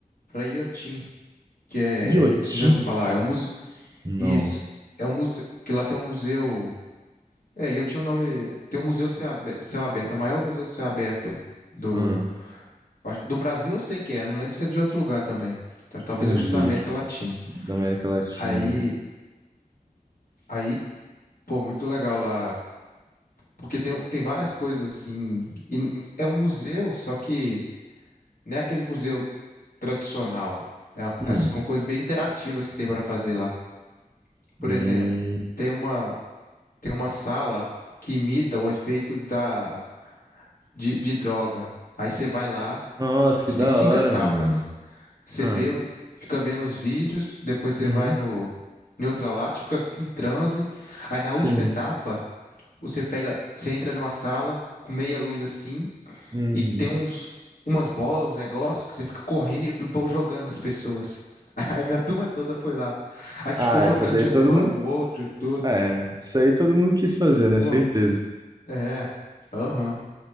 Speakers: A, on the left (about 80°); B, on the right (about 25°).
A: pra Iotim, que é,
B: Iotim?
A: não sei se você já ouviu falar, é um museu,
B: Não.
A: isso, é um museu, que lá tem um museu, é, Iotim é o nome, tem um museu de céu abe- céu aberto, é o maior museu de céu aberto do,
B: Hum,
A: Eu Acho- Do Brasil eu sei que é, não lembro se é de outro lugar também. Tá- Talvez
B: entendi.
A: acho que da América Latina.
B: Da América Latina,
A: Aí,
B: né?
A: aí, pô, muito legal lá. Porque tem, tem várias coisas assim. E n- é um museu, só que não é aquele museu tradicional. É uma- as,
B: Hum.
A: com coisas bem interativas que tem para fazer lá. Por
B: Hum.
A: exemplo, tem uma, tem uma sala que imita o efeito da, de, de droga. Aí você vai lá,
B: Nossa,
A: você
B: que da
A: tem cinco
B: hora,
A: etapas.
B: mano.
A: Você
B: Ah,
A: vê, o- fica vendo os vídeos, depois você
B: uhum.
A: vai no, em outra lata, fica em transe. Aí na
B: Sim.
A: última etapa, você pega, você entra numa sala com meia luz assim,
B: Uhum.
A: e tem uns, umas bolas, uns negócios, que você fica correndo e bo- jogando nas pessoas. <laughs> Aí minha turma toda foi lá. A gente
B: Ah,
A: ficou jogando,
B: essa daí
A: derrubando
B: todo mundo.
A: um outro e tudo.
B: Ah, É, isso aí todo mundo quis fazer, né?
A: Pô,
B: Certeza.
A: é. Aham.